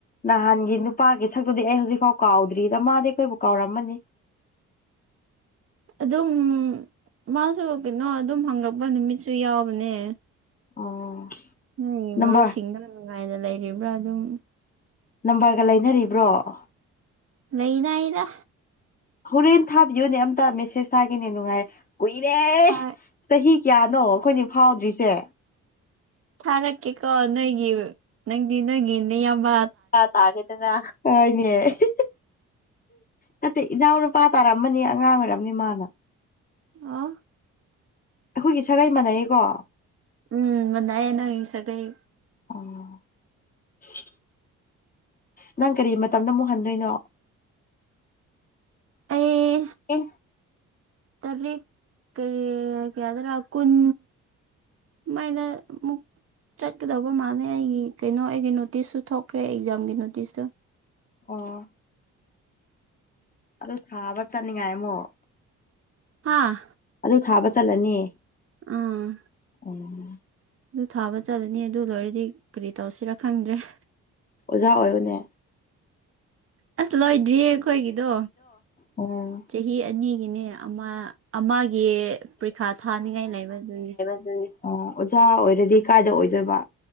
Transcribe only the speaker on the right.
ꯑꯗꯨꯝ ꯃꯥꯁꯨ ꯀꯩꯅꯣ ꯑꯗꯨꯝ ꯍꯪꯂꯛꯄ ꯅꯨꯃꯤꯠꯁꯨ ꯌꯥꯎꯕꯅꯦ
ꯅꯣꯏꯒꯤ
ꯃꯔꯨꯞꯁꯤꯡꯗꯨꯅ ꯅꯨꯡꯉꯥꯏꯅ ꯂꯩꯔꯤꯕ꯭ꯔꯥ ꯑꯗꯨꯝ
ꯂꯩꯅꯩꯗ
ꯍꯣꯏ
ꯊꯥꯔꯛꯀꯦꯀꯣ ꯅꯣꯏꯒꯤ ꯅꯪꯗꯤ ꯅꯣꯏꯒꯤ ꯅꯌꯥꯝꯕꯥ
ꯑꯥ
ꯎꯝ ꯃꯅꯩꯌꯦ ꯅꯣꯏ ꯁꯒꯩ
ꯑꯩ
ꯇꯔꯤꯛ ꯀꯔꯤ ꯀꯌꯥꯗꯔ ꯀꯨꯟ ꯃꯥꯏꯅ ꯑꯃꯨꯛ ꯆꯠꯀꯗꯧꯕ ꯃꯥꯜꯂꯦ ꯑꯩꯒꯤ ꯀꯩꯅꯣ ꯑꯩꯒꯤ ꯅꯣꯇꯤꯁꯁꯨ ꯊꯣꯛꯈ꯭ꯔꯦ ꯑꯦꯛꯖꯥꯝꯒꯤ ꯅꯣꯇꯤꯁꯇꯣ
ꯍꯥꯥꯑ
ꯑꯥ
ꯗꯨ ꯊꯥꯕ ꯆꯠꯂꯅꯤ ꯑꯗꯨ ꯂꯣꯏꯔꯗꯤ ꯀꯔꯤ ꯇꯧꯁꯤꯔ ꯈꯪꯗ꯭ꯔꯦ
ꯑꯁ ꯂꯣꯏꯗ꯭ꯔꯤꯌꯦ ꯑꯩꯈꯣꯏꯒꯤꯗꯣ
ꯆꯍꯤ ꯑꯅꯤꯒꯤꯅꯦ ꯑꯃ ꯑꯃꯒꯤ ꯄ꯭ꯔꯤꯈꯥ ꯊꯥꯅꯤꯉꯥꯏ ꯂꯩꯕꯗꯨꯅꯤ